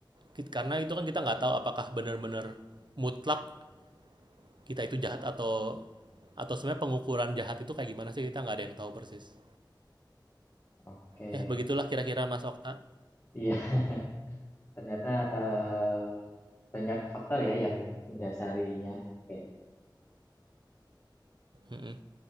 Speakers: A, on the right; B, on the left.
A: ki- karena itu kan kita nggak tahu apakah benar-benar mutlak kita itu jahat atau atau sebenarnya pengukuran jahat itu kayak gimana sih kita nggak ada yang tahu persis.
B: oke.
A: Ya begitulah kira-kira Mas Okta.
B: Iya, <laughs> ternyata eh, banyak faktor ya yang mendasarinya. Oke. <laughs>
A: Mhm.